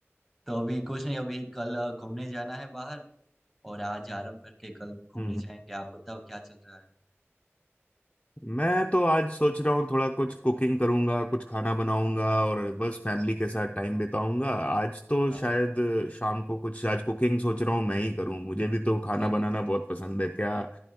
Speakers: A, in the centre; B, on the left.
A: तो अभी कुछ नहीं अभी कल अ, घूमने जाना है बाहर और आज आराम करके कल घूमने
B: हम्म
A: जाएंगे आप बताओ क्या चल रहा है
B: मैं तो आज सोच रहा हूँ थोड़ा कुछ कुकिंग करूंगा कुछ खाना बनाऊंगा और बस फैमिली के साथ टाइम बिताऊंगा आज तो
A: हाँ
B: शायद
A: हाँ
B: शाम को कुछ आज कुकिंग सोच रहा हूँ मैं ही करूँ मुझे भी तो खाना
A: हाँ, हाँ।
B: बनाना बहुत पसंद है क्या